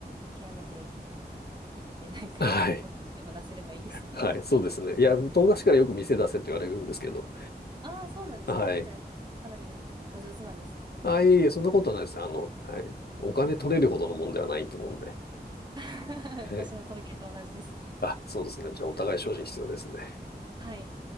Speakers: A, on the right (about 25°); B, on the left (about 70°).
A: 極めていって、なんか、
B: はい。
A: お金でも出せればいいですね。
B: はい。そうですね。いや、友達からよく店出せって言われるんですけど。
A: <laughs> ああ、そうなんですね。
B: はい。
A: じゃあ、かなりおお上手なんですね。
B: あ、いえいえ、そんなことはないです。あの、はい。お金取れるほどのもんではないと思うんで。
A: <laughs>
B: はい。
A: 私の陶芸と同じですね。
B: あ、そうですね。じゃあ、お互い精進必要ですね。
A: はい。